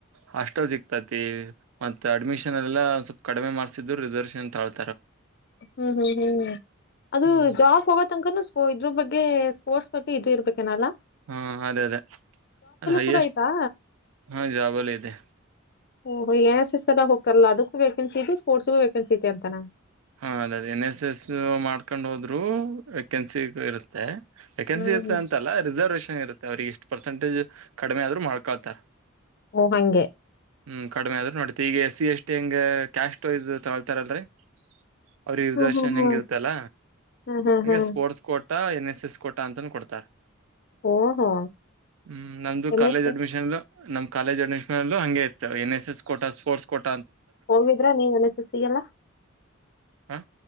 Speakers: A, on the right; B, on the left.
A: ಹಾಸ್ಟೆಲ್ ಸಿಗ್ತೈತಿ ಮತ್ತ್ ಅಡ್ಮಿಷನ್ ಎಲ್ಲ ಒನ್ ಸ್ವಲ್ಪ ಕಡಿಮೆ ಮಾಡ್ಸಿದ್ರು ರಿಸರ್ವೇಶನ್ ತ
B: ಹ್ಮ್ ಹ್ಮ್ ಹ್ಮ್ ಅದು
A: ಹ್ಮ್
B: ಜಾಬ್ ಹೋಗೋ ತನಕನೋ ಸ್ಪೋಟ್ ಇದ್ರ ಬಗ್ಗೆ ಸ್ಪೋರ್ಟ್ಸ್ ಬಗ್ಗೆ ಇದು ಇರ್ಬೇಕೇನಲ್ಲಾ.
A: ಹಾ ಅದೇ ಅದೇ ಅ ಹೈಯೆಸ್ಟ್
B: ಕೂಡ ಆಯ್ತಾ
A: ಹಾ ಜಾಬಲ್ಲಿ ಇದೆ.
B: ಓಹೋ ಎ ಎಸ್ ಎಸ್ಸಿ ದಾಗ ಹೋಗ್ತಾರಲ್ಲ ಅದಕ್ಕೂ ವೇಕೆನ್ಸಿ ಐತಿ ಸ್ಪೋರ್ಟ್ಸ್ಗು ವೇಕೆನ್ಸಿ ಐತಿ ಅಂತನ.
A: ಹಾ ಅದೇ ರಿ ಎನ್ ಎಸ್ ಎಸ್ ಮಾಡ್ಕೊಂಡ್ ಹೋದ್ರು ವೇಕೆನ್ಸಿ ಸ ಇರುತ್ತೆ. ವೆೇಕೆನ್ಸಿ
B: ಹ್ಮ್
A: ಇರುತ್ತೆ ಅಂತಲ್ಲ ರಿಸರ್ವೇಷನ್ ಇರುತ್ತೆ. ಅವ್ರಿಗೆ ಎಷ್ಟ್ ಪರ್ಸೆಂಟೇಜ್ ಕಡಿಮೆ ಆದ್ರರು ಮಾಡ್ಕೊಳ್ತಾರೆ
B: ಓ ಹಂಗೆ
A: ಹ್ಮ್ ಕಡಿಮೆ ಆದ್ರೆ ನೋಡ್ತಿ ಈಗ ಎಸ್ ಸಿ ಎಸ್ ಟಿ ಹಂಗ ಕ್ಯಾಸ್ಟ್ ವೈಸ್ ತಗೊಳ್ತಾರಲ್ರರಿ ಅವರಿಗೆ ರೀಸರ್
B: ಹ್ಮ್
A: ವೇಶನ್
B: ಹ್ಮ್
A: ಹೆಂಗ
B: ಹ್ಮ್
A: ಇರ್ತಲ್ಲ
B: ಹ್ಮ್ ಹ್ಮ್
A: ಹಂಗೆ
B: ಹ್ಮ್
A: ಸ್ಪೋರ್ಟ್ಸ್ ಕೋಟ್ ತ ಎನ್ ಎಸ್ ಎಸ್ ಕೋಟ ಅಂತನು ಕೊಡ್ತಾರೆ
B: ಓಹೋ
A: ಹ್ಮ್ ನಮ್ದು
B: ಎನ್
A: ಕಾಲೇಜ್
B: ಎಸ್
A: ಅಡ್ಮಿಷನ್ದು
B: ಎಸ್
A: ನಮ್ ಕಾಲೇಜ್ ಅಡ್ಮಿಶನ್ಲು ಹಂಗೆ ಇತ್ತು N S quota sports quota
B: ಹೋಗಿದ್ರಾ ನೀವ್ ಏನ್ ಎಸ್ ಎಸ್ ಗೆಲ್ಲ
A: ಹ